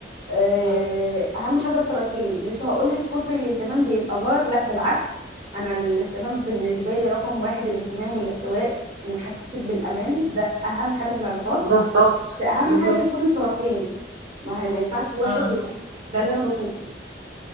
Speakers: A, on the right; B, on the right.
A: آه،
B: اه.
A: اهم حاجه الطرفين مش هقولك كتر الاهتمام بيبقى غلط لا بالعكس انا الاهتمام بالنسبه لي رقم واحد الاهتمام والاحتواء وان يحسسك بالامان ده اهم حاجه في العلاقات
B: بالظبط
A: بس اهم
B: بالظبط
A: حاجه يكون الطرفين ما هي ما ينفعش واحد
B: اه
A: وواحد ده اللي انا بشوفه